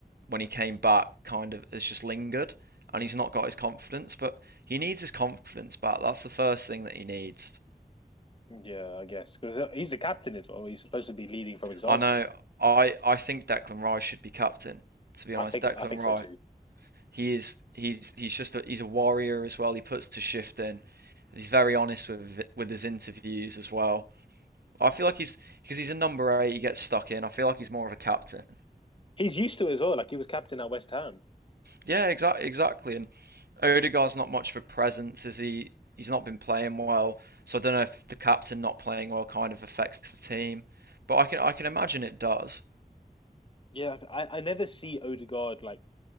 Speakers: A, on the right; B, on the left.
A: when he came back kind of has just lingered and he's not got his confidence. But he needs his confidence back. That's the first thing that he needs.
B: Yeah, I guess because he's the captain as well. He's supposed to be leading from example.
A: I know. I I think Declan Rice should be captain. To be honest,
B: I think
A: Declan
B: I think
A: Rice.
B: so too.
A: He is. He's he's just a, he's a warrior as well. He puts the shift in. He's very honest with with his interviews as well. I feel like he's because he's a number eight. He gets stuck in. I feel like he's more of a captain.
B: He's used to it as well. Like he was captain at West Ham.
A: Yeah, exactly, exactly. And Odegaard's not much for presence, is he? He's not been playing well, so I don't know if the captain not playing well kind of affects the team. But I can I can imagine it does.
B: Yeah, like, I, I never see Odegaard like